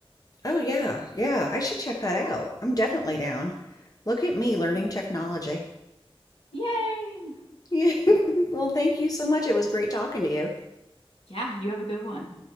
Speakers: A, on the left (about 40°); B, on the left (about 80°).
A: Oh, yeah. Yeah, I should check that out. I'm definitely down. Look at me learning technology.
B: Yay!
A: <laughs> Well, thank you so much. It was great talking to you.
B: Yeah, you have a good one.